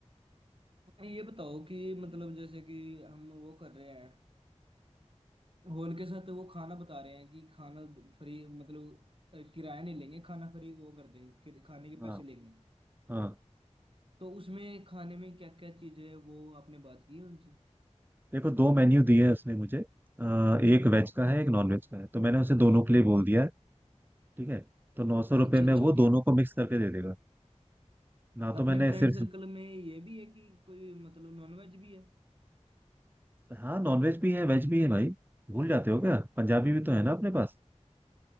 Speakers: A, on the right; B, on the right.
A: हाँ, ये बताओ कि मतलब जैसे कि हम वो कर रहे हैं हॉल के साथ वो खाना बता रहे हैं कि खाना फ्री मतलब अ, किराया नहीं लेंगे खाना फ्री वो कर देंगे कि- खाने के
B: हाँ
A: पैसे लेंगे
B: हाँ
A: तो उसमें खाने में क्या क्या चीज है वो आपने बात की उनसे
B: देखो दो मेन्यू दिए है उसने मुझे अ, एक वेज का है एक नॉन वेज का है तो मैंने उसे दोनों के लिए बोल दिया है ठीक है तो नौ सौ रुपये
A: अच्छा अच्छा
B: में वो दोनों को मिक्स करके दे देगा ना
A: तो
B: तो
A: अपने
B: मैंने
A: फ्रेंड
B: सिर्फ
A: सर्कल में ये भी है कि कोई मतलब नॉनवेज भी है
B: हाँ नॉन वेज भी है वेज भी है भाई भूल जाते हो क्या पंजाबी भी तो है ना अपने पास